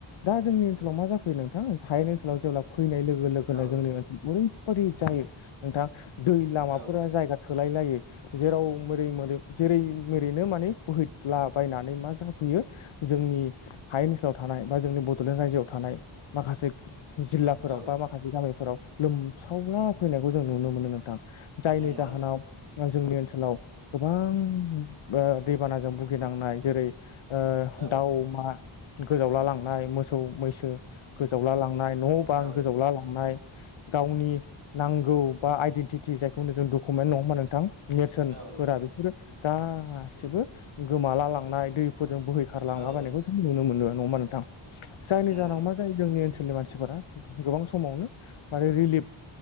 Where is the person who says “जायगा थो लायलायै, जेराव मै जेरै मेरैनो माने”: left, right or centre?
Left